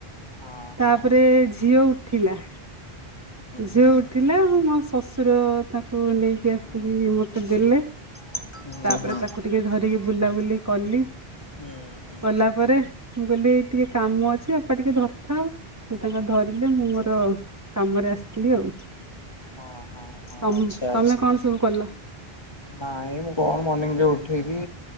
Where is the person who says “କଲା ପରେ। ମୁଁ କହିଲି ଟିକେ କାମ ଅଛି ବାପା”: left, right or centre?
Right